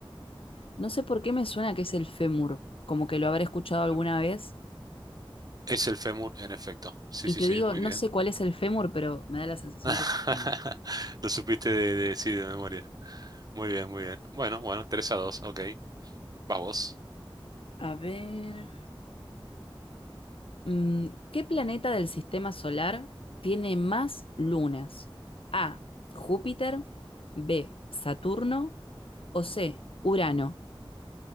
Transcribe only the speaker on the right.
Fémur.
Es el fémur, en efecto. Sí,
sí,
sí.
Muy
bien.
<laughs>
Lo supiste de, de- sí, de memoria. Muy bien, muy bien. Bueno, bueno, tres a dos ok. Vas vos.